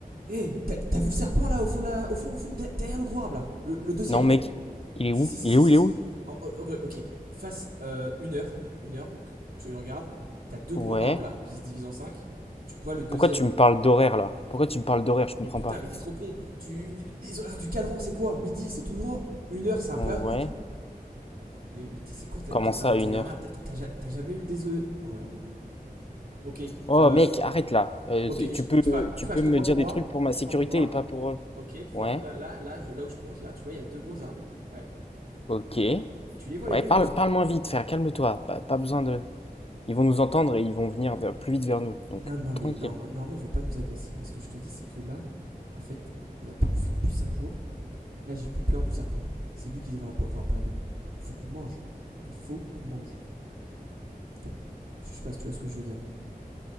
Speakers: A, on the right; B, on the left.
A: Hé, t'as, t'as vu le serpent là au fond, là, au fond, au fond, derrière le gros arbre là Le, le deuxième
B: Non, mec, il est
A: Si,
B: où?
A: si, si,
B: Il
A: si,
B: est où?
A: si,
B: Il
A: si.
B: est où?
A: En- ok, ok. Face euh, une heure, une heure, donc tu regardes, t'as deux
B: Ouais.
A: gros arbres là qui se divisent en cinq. Tu vois le deuxième
B: Pourquoi tu
A: là.
B: me parles d'horaire là? Pourquoi tu me parles d'horaire? Je comprends
A: Mais putain,
B: pas.
A: mais t'es trop con. Tu, les horaires du cadran, c'est quoi Midi, c'est tout droit. Une heure, c'est un
B: Ouais.
A: peu à droite. Mais, mais t'es, c'est quoi T'es
B: Comment
A: t'es un
B: ça
A: aventurier
B: à une heure?
A: en arbre. T'as, t'as- t'as ja- t'as jamais eu des œufs. Oh là là. Ok,
B: Oh,
A: euh,
B: mec, arrête là. Euh,
A: ok,
B: tu tu
A: je-
B: peux,
A: bouge pas, bouge
B: tu
A: pas.
B: peux
A: Je
B: me
A: te prends
B: dire
A: ton bras.
B: des trucs pour ma
A: Je
B: sécurité
A: prends ton bras.
B: et pas pour eux.
A: Ok, tu
B: Ouais.
A: vois, là, là, là, je- là où je pointe, là, tu vois, il y a deux gros arbres là. Ouais.
B: Ok.
A: Ouais. Tu les vois
B: Ouais,
A: les deux
B: parle,
A: ou pas Qui-
B: parle moins vite, frère. Calme-toi. Pas, pas besoin de. Ils vont nous entendre et ils vont venir vers- plus vite vers nous. Donc
A: Non, non,
B: tranquille.
A: mais normalement, normalement, ils vont pas nous agresser. Mais ce que je te dis, c'est que là, en fait, on n'a pas bouffé depuis 5 jours. Là, j'ai plus peur du serpent. C'est lui qui devrait pas avoir peur de nous. Il Faut qu'on mange. Il faut qu'on mange. Donc, je sais pas si tu vois ce que je veux dire.